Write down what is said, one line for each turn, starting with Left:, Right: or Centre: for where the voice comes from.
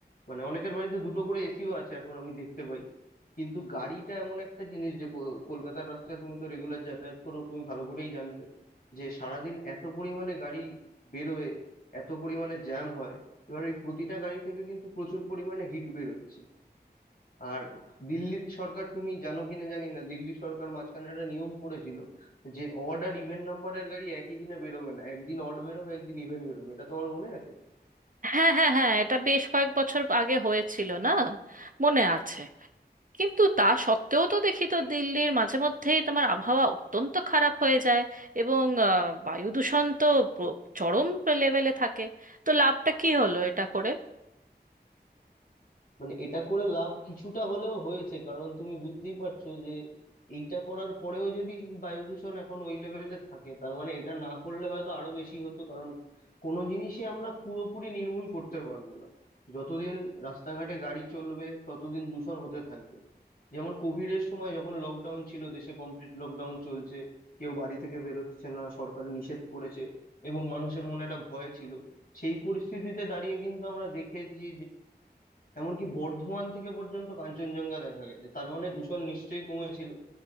Left: মানে অনেকের বাড়িতে দুটো করে এসিও আছে এখন আমি দেখতে পাই কিন্তু গাড়িটা এমন একটা জিনিস যে কো- কলকাতার রাস্তায় তুমি তো রেগুলার যাতায়াত করো তুমি ভালো করেই জানবে যে সারাদিন এত পরিমাণে গাড়ি বেরোয় এত পরিমাণে জ্যাম হয় এবার এই প্রতিটা গাড়ি থেকে কিন্তু প্রচুর পরিমাণে হিট বেরোচ্ছে আর দিল্লির সরকার তুমি জানো কিনা জানি না দিল্লি সরকার মাঝখানে একটা নিয়ম করেছিল যে অড আর ইভেন নাম্বারের গাড়ি একই দিনে বেরোবে না একদিন অড বেরোবে একদিন ইভেন বেরোবে এটা তোমার মনে আছে
Right: হ্যাঁ হ্যাঁ হ্যাঁ এটা বেশ কয়েক বছর আগে হয়েছিল না মনে আছে কিন্তু তা সত্ত্বেও তো দেখি তো দিল্লির মাঝে মধ্যেই তোমার আবহাওয়া অত্যন্ত খারাপ হয়ে যায় এবং আহ, বায়ু দূষণ তো প্র- চরম লেভেলে থাকে তো লাভটা কি হলো এটা করে
Left: মানে এটা করে লাভ কিছুটা হলেও হয়েছে কারণ তুমি বুঝতেই পারছো যে এইটা করার পরেও যদি বায়ু দূষণ এখন ওই লেভেলে থাকে তার মানে এটা না করলে হয়তো আরো বেশি হতো কারণ কোনো জিনিসই আমরা পুরোপুরি নির্মূল করতে পারবো না যতদিন রাস্তাঘাটে গাড়ি চলবে ততদিন দূষণ হতে থাকবে যেমন কোভিড এর সময় যখন লকডাউন ছিল দেশে কমপ্লিট লকডাউন চলছে কেউ বাড়ি থেকে বেরোচ্ছে না সরকার নিষেধ করেছে এবং মানুষের মনে একটা ভয় ছিল সেই পরিস্থিতিতে দাঁড়িয়ে কিন্তু আমরা দেখেছি এমনকি বর্ধমান থেকে পর্যন্ত কাঞ্চনজঙ্ঘা দেখা গেছে তার মানে দূষণ নিশ্চয়ই কমেছিল